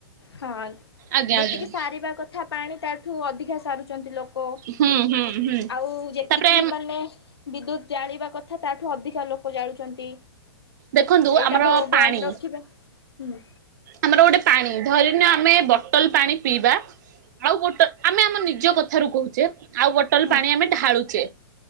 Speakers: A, on the left; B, on the right.
A: ହଁ
B: ଆଜ୍ଞା
A: ଯେତିକି
B: ଆଜ୍ଞା।
A: ସାରିବା କ ଥା ପାଣି ତା ଠୁ ଅଧିକା ସାରୁଛନ୍ତି ଲୋ ଓ
B: ହୁଁ ହୁଁ ହୁଁ
A: ଆଉ ଯେତିକି
B: ତାପରେ
A: ମାନେ ବିଦ୍ୟୁତ ଜାଳିବା କଥା ତା ଠୁ ଅଧିକା ଲୋ ଲୋକ ଯାଳୁଚନ୍ତି।
B: ଦେଖନ୍ତୁ
A: ଏଇଟା
B: ଆମର
A: ଭ-ବନ୍ଦ
B: ପାଣି
A: ରଖିବା। ହୁଁ।
B: ଆମର ଗୋଟେ ପାଣି। ଧରିନିଅ ଆମେ ବଟଲ ପାଣି ପିଇବା ଆଉ ବଟଲ୍ ଆମେ ଆମ ନିଜ କଥାରୁ କହୁଚେ। ଆଉ ବଟ ବଟଲ
A: ହୁଁ
B: ପାଣି ଆମେ ଢାଳୁଚେ।